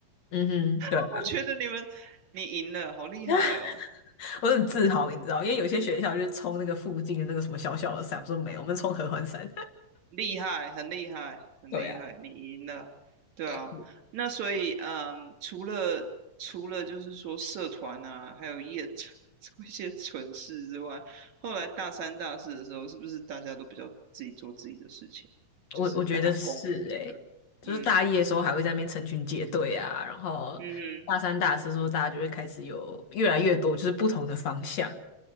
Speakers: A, on the left (about 60°); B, on the right (about 70°).
A: 嗯哼，
B: <laughs>
A: 对啊，
B: 我觉得你们你赢了，好厉害哦，
A: <laughs> 我很自豪，你知道，因为有些学校就是冲那个附近的那个什么小小的山，我说没有，我们冲合欢山。
B: 厉害，很厉害，很厉害，
A: <laughs> 对啊，
B: 你赢了，对啊。
A: 对啊
B: 那所以，嗯，除了除了就是说社团啊，还有业 <laughs> 做一些蠢事之外，后来大三大四的时候，是不是大家都比较自己做自己的事情，就是打工什么的？
A: 我我觉得是诶、就是大一的时候还会在那边成群结队啊，
B: 嗯
A: 然后大三、
B: 嗯哼
A: 大四的时候，大家就会开始有越来越多就是不同的方向，